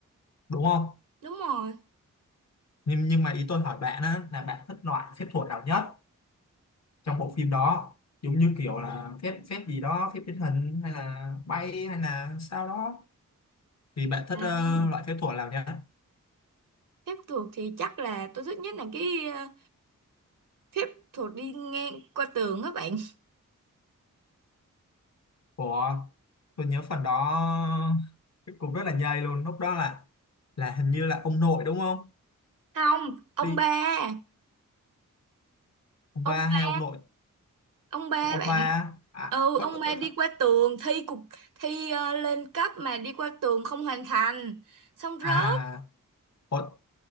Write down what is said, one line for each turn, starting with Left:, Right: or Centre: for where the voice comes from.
Left: đúng không
Right: đúng rồi
Left: nhưng nhưng mà ý tôi hỏi bạn á là bạn thích loại phép thuật nào nhất trong bộ phim đó giống như kiểu là phép phép gì đó phép biến hình hay là bay hay là sao đó Vì bạn thích
Right: À,
Left: ờ, loại phép thuật nào nhá?
Right: phép thuật thì chắc là tôi thích nhất là cái ờ, phép thuật đi ngang qua tường á bạn
Left: Của tôi nhớ phần đó cũng rất là nhây luôn. Lúc đó là là hình như là ông nội đúng không?
Right: không ông
Left: Đi
Right: ba
Left: ông
Right: ông
Left: ba hay
Right: ba
Left: ông nội
Right: ông ba
Left: ông
Right: bạn
Left: ba á? à
Right: ừ
Left: có
Right: ông
Left: tôi,
Right: ba
Left: tôi th-
Right: đi qua tường thi cục thi ờ, lên cấp mà đi qua tường không hoàn thành xong
Left: à
Right: rớt
Left: ủa,